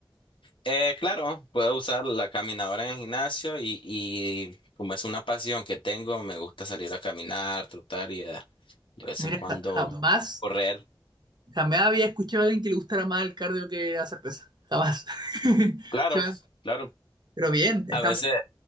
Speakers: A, on the left; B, on the right.
A: Eh, claro, puedo usar la caminadora en el gimnasio y, y como es una pasión que tengo, me gusta salir a caminar, trotar y eh, de vez
B: Mira,
A: en cuando
B: ja- jamás,
A: correr.
B: jamás había escuchado a alguien que le gustara más el cardio que hacer pesas, jamás. <laughs>
A: Claro,
B: Se me-
A: claro.
B: Pero bien, estamos
A: A veces